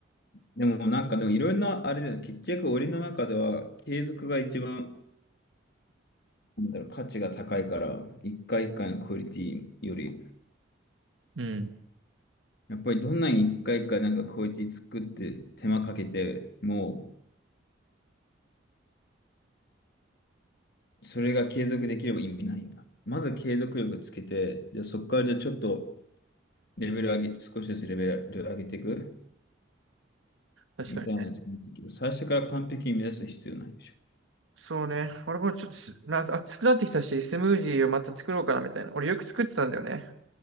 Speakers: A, on the left; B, on the right.
A: でもなんかでもいろんなあれだよ。結局俺の中では継続が一番なんだろう価値が高いから、一回一回のクオリティより、
B: うん。
A: やっぱりどんなに一回一回なんかクオリティ作って手間かけて、もうそれが継続できれば意味ないよな。まず継続力つけて、じゃあそこからじゃあちょっとレベル上げ、少しずつレベル上げていく。
B: 確かに。
A: みたいな自分だけど、最初から完璧に目指す必要ないでしょ。
B: そうね。俺もちょっとすな、暑くなってきたし、スムージーをまた作ろうかなみたいな。俺よく作ってたんだよね。